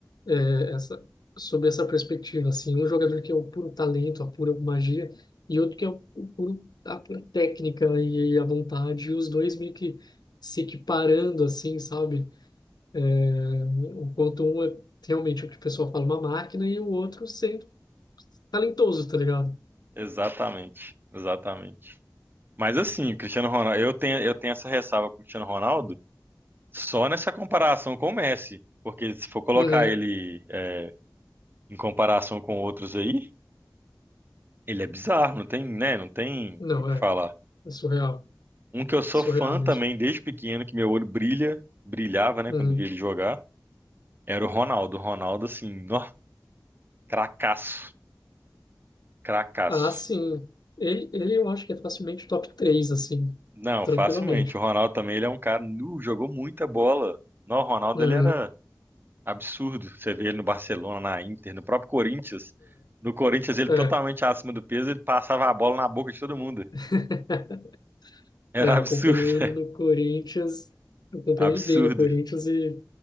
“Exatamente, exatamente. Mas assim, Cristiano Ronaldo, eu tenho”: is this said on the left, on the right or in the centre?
Right